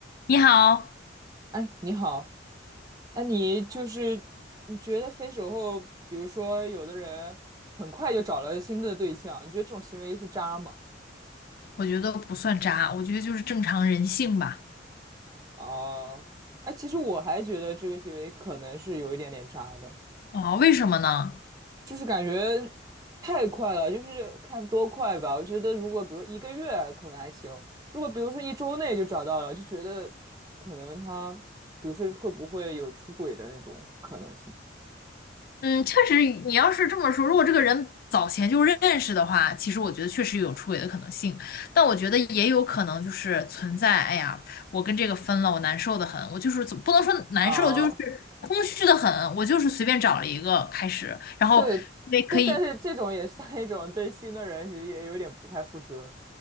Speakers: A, on the left; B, on the right.
A: 你好，
B: 哎，你好，哎，你就是你觉得分手后，比如说有的人很快就找了新的对象，你觉得这种行为是渣吗？
A: 我觉得不算渣，我觉得就是正常人性吧。
B: 哦，哎，其实我还觉得这个行为可能是有一点点渣的，
A: 哦，为什么呢？
B: 就是感觉太快了，就是看多快吧。我觉得如果比如一个月可能还行，如果比如说一周内就找到了，就觉得可能他，比如说会不会有出轨的那种可能性
A: 嗯，确实，你要是这么说，如果这个人早前就认识的话，其实我觉得确实有出轨的可能性，但我觉得也有可能就是存在，哎呀，我跟这个分了，我难受的很，我就是怎不能说难受，
B: 啊？
A: 就是空虚的很，我就是随便找了一个开始，然后也可以，
B: 对对，但是这种也算一种对新的人，其实也有点不太负责，